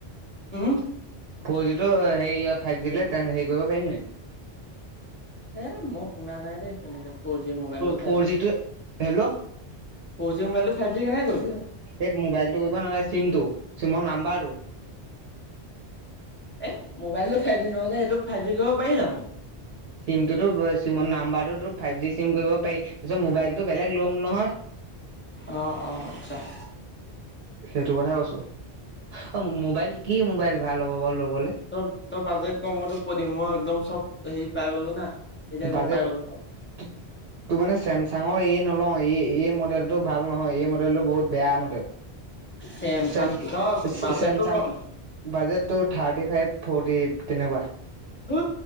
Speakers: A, on the left; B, on the right.
A: উম'
B: ফৰ জিটো সেই ফাইভ জি হেৰি কৰিব পাৰিম নাই।
A: এ, মই শুনা নাই দেই তেনেকে ফ'ৰ জি মোবাইলটো
B: ফ'ৰ
A: ফাইভ জি,
B: জিটো হেল্ল'
A: ফ' জি মোাইল টো ফাইভি কেনে কৰিলি?
B: এই মোবাইলটো কৰিব নালাগ। চিমটো চিমৰ নাম্বাৰটো,
A: এ মোবাইল টো ফাইভ জি নহ'লে সেইটো ফাইভ জি কৰিব পাৰি জানো
B: চিমটোতো চিম নাম্বাৰটো ফাইভ জি চিম কৰিব পাৰি। তাৰিছত মোবাইলতটো বেলেগ লম নহয়।
A: অ-অ, আচ্ছা ',
B: সেইটো কথা কৈছোঁ। অ' মোবাইল কি মোবাইল ভাল হ'ব বাৰু ল'বলে।
A: চব, তই বাজেট কম হোৱাটো কৈ দিবি। মই একদম চব হেৰি পাই গলোঁ না। এতিয়া
B: বাজেট
A: গম পাই গ'লো।
B: ত মানে, চেমচাঙৰ এই নলওঁ এই, মডেল টো ভাল নহয়, এই মডেল টো বহুত বেয়া মডেল।
A: চেমচাং
B: ছেম-
A: বাজেটটো
B: চেমচাংৰ
A: কম
B: বাজেটটো থাৰ্টি ফাইভ। ফৰটি এইট তেনেকুৱা।
A: হ